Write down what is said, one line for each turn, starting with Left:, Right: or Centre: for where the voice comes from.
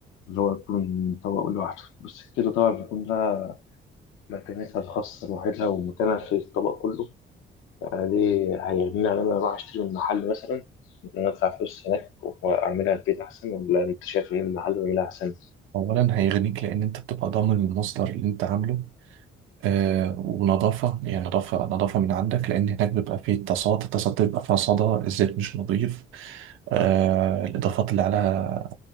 Left: اللي هو يكون طبق لوحده بس كده طبعا بيكون لها مكانتها الخاصة لوحدها ومكانها في الطبق كله عليه هيغنيني عن إن أنا أروح أشتري من محل مثلا إن أنا أدفع فلوس هناك وأعملها في البيت أحسن ولا أنت شايف إن المحل بيعملها أحسن؟
Right: أولا هيغنيك لأن أنت بتبقى ضامن المصدر اللي أنت عامله آه ونظافة يعني نظافة نظافة من عندك لأن هناك بيبقى فيه تصاد التصاد بيبقى فيها صدى الزيت مش نظيف آه الإضافات اللي عليها